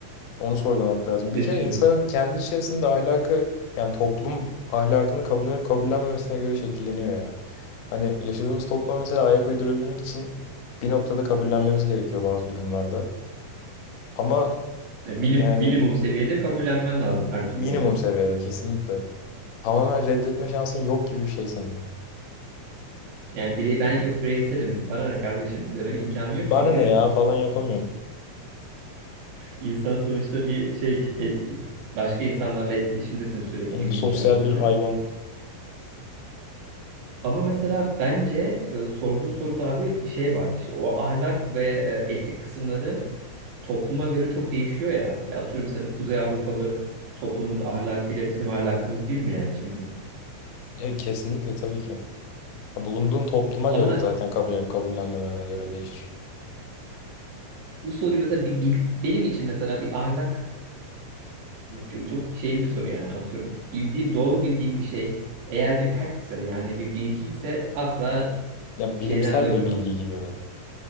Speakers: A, on the left (about 85°); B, on the right (about 75°).
A: Onu sorgulamak lazım.
B: Ne
A: Bir kere
B: düşünüyorsun?
A: insanın kendi içerisinde ahlakı yani toplum ahlakını kabullenip kabullenmemesine göre şekilleniyor ya. Hani yaşadığımız topluma mesela ayak uydurabilmek için bir noktada kabullenmemiz gerekiyor bazı durumlarda. Ama
B: Ya minim,
A: yani
B: minimum seviyede kabullenmen lazım her
A: minimum
B: türlü yani.
A: seviyede kesinlikle. Tamamen reddetme şansın yok gibi bir şey sanırım.
B: Yani birey, ben yok bireyselim bana ne kardeşim deme
A: "Hmm,
B: imkanı yok
A: Bana
B: çünkü
A: ne ya falan yapamıyorsun.
B: insan sonuçta bir şey e- başka insanlarla etkileşimdesin sürekli
A: Hmm,
B: gün
A: Sosyal
B: içerisinde.
A: bir hayvan.
B: Ama mesela bence e, sorduğun soruda abi şey var işte o ahlak ve e, etik kısımları topluma göre çok değişiyor ya. Ya atıyorum mesela bir Kuzey Avrupalı toplumun ahlakıyla bizim ahlakımız bir mi yani şimdi?
A: E, kesinlikle tabii ki. Bulunduğun topluma
B: Ama
A: göre zaten kabullenip kabullenmemene göre değişir.
B: bu soruyu mesela bir, bir- benim için mesela bir ahlak Çok, çok şey bir soru yani atıyorum. Bildiğim, doğru bildiğim bir şey eğer bir factse yani bir bilgi ise asla
A: Ya
B: şeyden
A: bilimsel
B: dönmem.
A: bir bilgi gibi mi?